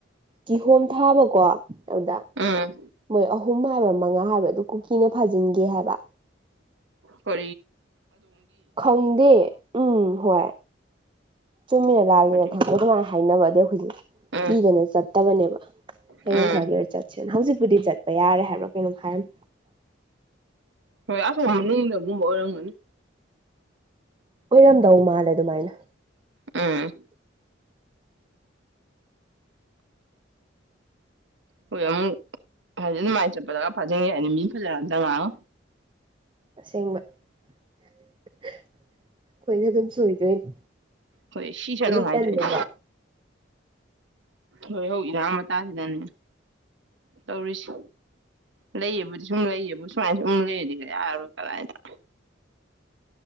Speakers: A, on the right (about 25°); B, on the right (about 70°).
A: ꯀꯤꯍꯣꯝ ꯊꯥꯕꯀꯣ ꯑꯦꯗ
B: ꯎꯝ
A: ꯃꯣꯏ ꯑ ꯑꯍꯨꯝ ꯍꯥꯏꯕ꯭ꯔꯥ ꯃꯉꯥ ꯍꯥꯏꯕ꯭ꯔꯥ ꯑꯗꯨ ꯀꯨꯀꯤꯅ ꯐꯥꯖꯤꯟꯒꯦ ꯍꯥꯏꯕ
B: ꯀ
A: ꯈꯪꯗꯦ ꯎꯝ ꯍꯣꯏ ꯆꯨꯝꯃꯤꯔꯥ ꯂꯥꯜꯂꯤꯔ
B: ꯍꯥꯏꯗꯤ
A: ꯈꯪꯗꯦ ꯑꯗꯨꯃꯥꯏꯅ ꯍꯥꯏꯅꯕ ꯑꯗꯨꯧꯈꯣꯏꯖꯦ
B: ꯎꯝ
A: ꯀꯤꯗꯅ ꯆꯠꯇꯕꯅꯦꯕ ꯍꯌꯦꯡ
B: ꯎꯝ
A: ꯈꯔ ꯂꯣꯏꯔ ꯆꯠꯁꯦꯅ ꯍꯧꯖꯤꯛꯇ ꯕꯨꯗꯤ ꯆꯠꯄ ꯌꯥꯔꯦ ꯍꯥꯏꯕ꯭ꯔꯣ ꯀꯩꯅꯣ ꯍꯥꯏꯔ
B: ꯑꯁ ꯅꯨꯡꯗꯕ ꯑꯣꯏꯔꯝꯒꯅꯤ
A: ꯑꯣꯏꯔꯝꯗꯧ ꯃꯥꯜꯂꯦ ꯑꯗꯨꯃꯥꯏꯅ
B: ꯎꯝ ꯍꯣꯏ ꯑꯃꯨꯛ ꯍꯥꯏꯗꯤ ꯑꯗꯨꯃꯥꯏꯅ ꯆꯠꯄꯗꯒ ꯐꯥꯖꯟꯒꯦ ꯍꯥꯏꯗꯤ ꯃꯤ ꯐꯖꯔꯇ ꯉꯥꯡ
A: ꯑꯁꯦꯡꯕ ꯑꯩꯈꯣꯏꯅ ꯑꯗꯨꯝ ꯁꯣꯏꯗꯣꯏꯅꯦ
B: ꯍꯣꯏ ꯁꯤ ꯆꯠꯂꯨ
A: ꯑꯗꯨꯏ
B: ꯍꯥꯏꯗꯣꯏꯅꯦ
A: ꯇꯜꯂꯦꯀꯣ
B: ꯍꯣꯏ ꯍꯧꯔꯥꯡ ꯃꯇꯥꯁꯤꯗꯅꯦ ꯇꯧꯔꯤꯁꯤ ꯂꯩꯌꯦꯕꯨꯗꯤ ꯁꯨꯝ ꯂꯩꯌꯦꯕ ꯁꯨꯃꯥꯏꯅ ꯁ ꯁꯨꯝ ꯂꯩꯔꯗꯤꯒ ꯌꯥꯔꯣꯏ ꯀꯗꯥꯥꯏꯗ